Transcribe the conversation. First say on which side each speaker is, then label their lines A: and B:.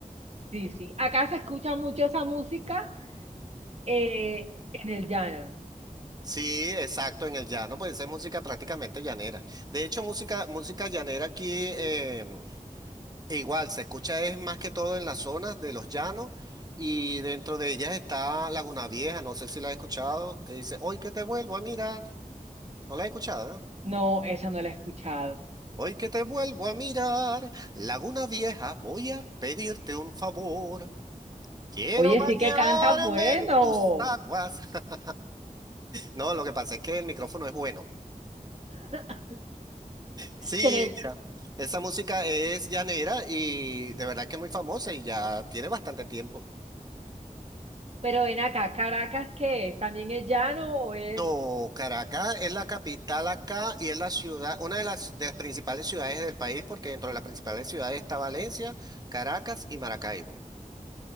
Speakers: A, on the right (about 50°); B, on the right (about 30°).
A: sí, sí. Acá se escucha mucho esa música eh, en el llano.
B: Sí, exacto, en el llano, pues esa es música prácticamente llanera. De hecho, música, música llanera aquí, eh, E Igual, se escucha es más que todo en las zonas de los llanos y dentro de ellas está Laguna Vieja, no sé si la has escuchado, que dice, hoy que te vuelvo a mirar, no la he escuchado, ¿eh?
A: No, esa no la he escuchado.
B: Hoy que te vuelvo a mirar, Laguna Vieja, voy a pedirte un favor, quiero
A: Oye,
B: bañarme
A: sí que canta bueno.
B: en tus aguas. <laughs> No, lo que pasa es que el micrófono es bueno.
A: <laughs>
B: Sí,
A: Tener-
B: mira, esa música es llanera y de verdad que es muy famosa y ya tiene bastante tiempo.
A: Pero ven acá, ¿Caracas qué es? ¿También es llano o es...?
B: No, Caracas es la capital acá y es la ciudad, una de las, de las principales ciudades del país, porque dentro de las principales ciudades está Valencia, Caracas y Maracaibo.